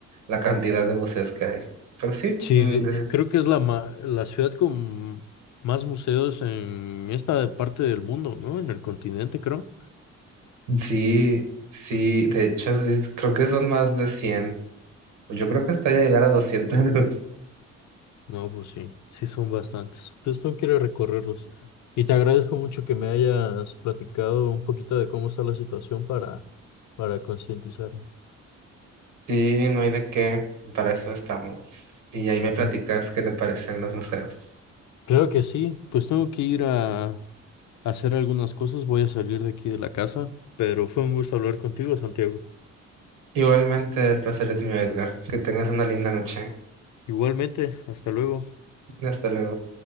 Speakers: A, on the right; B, on the left.
A: la cantidad de museos que hay. Pero sí,
B: Sí,
A: mm,
B: de- creo que es la, ma- la ciudad con más museos en esta parte del mundo, ¿no? En el continente, creo.
A: Sí, sí, de hecho, sí, creo que son más de 100. Yo creo que hasta llegar a 200. <laughs>
B: No, pues sí, sí son bastantes. Entonces tengo que ir a recorrerlos. Y te agradezco mucho que me hayas platicado un poquito de cómo está la situación para, para concientizar.
A: Sí, no hay de qué, para eso estamos. Y ahí me platicas
B: Mm,
A: qué te parecen los museos.
B: Claro que sí, pues tengo que ir a, a hacer algunas cosas, voy a salir de aquí de la casa, pero fue un gusto hablar contigo, Santiago.
A: Igualmente, el placer es mío, Edgar. Que tengas una linda noche.
B: Igualmente, hasta luego.
A: Hasta luego.